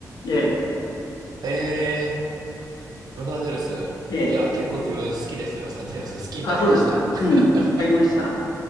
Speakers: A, on the left; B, on the right.
A: ええ。
B: えー、ロサンゼルス。
A: ええ。
B: いや、結構自分好きです、ロサンゼルス。好きになりました。
A: あ、そうですか。
B: <laughs>
A: うん。買いました。